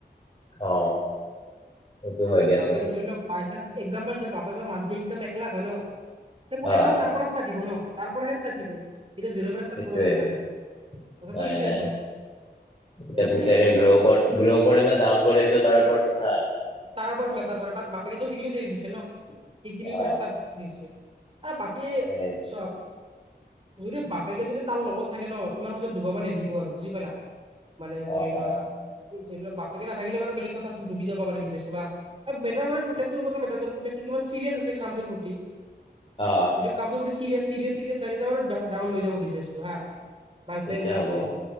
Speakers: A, on the left; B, on the right.
A: অ সেইটো হয়
B: মানে
A: দিয়াচোন
B: বাপেক ধৰিল বাইচান্স একজাম্পল দে বাপেকৰ মান্থলি ইনকাম এক লাখ হয় ন' সেই পুতেক
A: অ
B: তাৰ পৰা ষ্টাৰত দিব ন। তাৰ পৰাহে ষ্টাৰ্ট দিব এতিয়া জিৰৰ পৰা ষ্টাৰ্ট
A: সেইটোৱে
B: কৰিব দৰকাৰ নাই, কথাটো
A: নাই
B: সেইটো
A: নাই
B: আহি পৰে।
A: এতিয়া
B: সেইকাৰণে
A: পুতেকে
B: মানে
A: গ্ৰ' গ্ৰ' কৰে নে ডাউন কৰে সেইটো তাৰ ওপৰত কথা আৰু।
B: তাৰ ওপৰত মেটাৰ কৰোক বাপেকেতো সেইখিনি দেৰি দিছে ন' সেইখিনিৰ
A: অ
B: পৰা ষ্টাৰ্ট দিছে। আৰু বাকী
A: সেইটো,
B: চোৱা, যদি বাপেকে যদি তাৰ লগত থাকে ন' ইমান সহজত ধুবাবা নিদিব আৰু বুজি পালা। মানে ধৰি
A: অ
B: লোৱা
A: অ
B: ধৰি লোৱা বাপেকে নাথাকিলে বাৰু বেলেগ কথা আছিল ডুবি যাব পাৰি বিজনেচ টো বা। মেটাৰ কৰে পুতেক তেওঁৰ ওপৰত মেটাৰ কৰে পুতেক কিমান চিয়াছ আছে কামটোৰ প্ৰতি,
A: অ অ
B: যদি কামটোৰ প্ৰতি ছিৰিয়াছ-ছিৰিয়াছ ঠাকে ন' ডাউন হৈ যাব বিজনেছটো হা, বা
A: তেতিয়া
B: বেংক ক্ৰাপ
A: হ'ব
B: হৈ যাব।